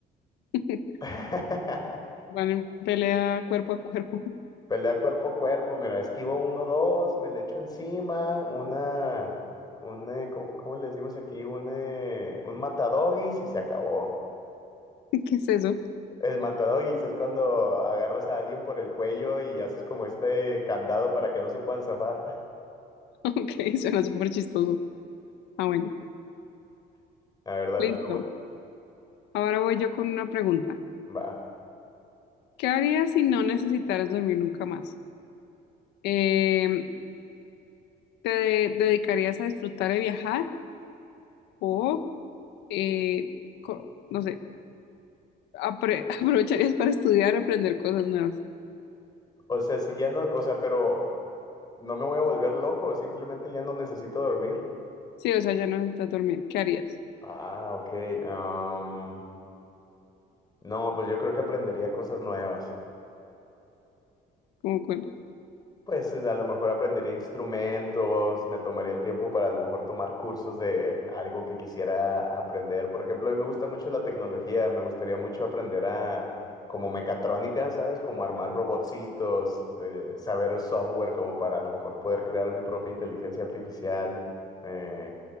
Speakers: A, on the left; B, on the left.
A: <laughs>
B: <laughs>
A: van en pelea cuerpo a cuerpo.
B: Pelea cuerpo a cuerpo, mira, esquivo uno, dos, me le echo encima, una, un, eh, ¿cómo, cómo le decimos aquí? Un, eh, un matadogis y se acabó.
A: <laughs> ¿Qué es eso? <laughs>
B: El matadogis es cuando agarras a alguien por el cuello y haces como este candado para que no se puedan zafar.
A: Ok, suena súper chistoso. Ah, bueno,
B: <laughs> La verdad,
A: listo.
B: el tú-
A: Ahora voy yo con una pregunta.
B: va.
A: ¿Qué harías si no necesitaras dormir nunca más? Eh, ¿te de- dedicarías a disfrutar de viajar o, eh, co- no sé, apre- <laughs> aprovecharías para estudiar, aprender cosas nuevas?
B: O sea, si ya no, o sea, pero no me voy a volver loco, simplemente ya no necesito dormir.
A: Sí, o sea, ya no necesitas dormir. ¿Qué harías?
B: Ah, ok. am, No, pues yo creo que aprendería cosas nuevas.
A: Como cuál?
B: Pues a lo mejor aprendería instrumentos, me tomaría el tiempo para a lo mejor tomar cursos de algo que quisiera aprender. Por ejemplo, a mí me gusta mucho la tecnología, me gustaría mucho aprender a como mecatrónica, ¿sabes? Como armar robotcitos, eh, saber software como para a lo mejor poder crear mi propia inteligencia artificial. eh,